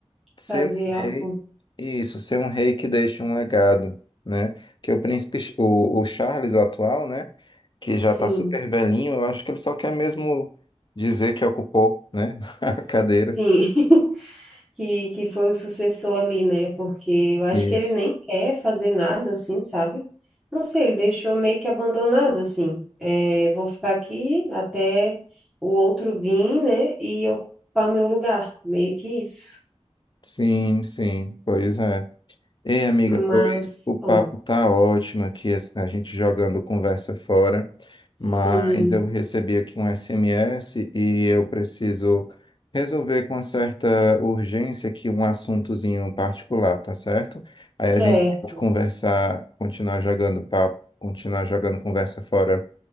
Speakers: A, on the left; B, in the centre.
A: ser
B: Fazer
A: um
B: algo,
A: rei, isso, ser um rei que deixa um legado, né? Que o príncipe, Ch- o, o Charles, o atual, né? Que já
B: sim,
A: tá super velhinho, eu acho que ele só quer mesmo dizer que ocupou, né? <laughs> A cadeira.
B: sim, <laughs> que, que foi o sucessor ali, né? Porque eu acho
A: Isso.
B: que ele nem quer fazer nada, assim, sabe? Não sei, ele deixou meio que abandonado, assim. É, vou ficar aqui até o outro vir, né? E ocupar meu lugar, meio que isso.
A: Sim, sim, pois é. Ei, amiga,
B: Mas,
A: pois o papo
B: bom,
A: tá ótimo aqui, a a gente jogando conversa fora,
B: sim,
A: mas eu recebi aqui um SMS e eu preciso resolver com uma certa urgência aqui um assuntozinho particular, tá certo?
B: certo,
A: Aí a gente pode conversar, continuar jogando papo, continuar jogando conversa fora,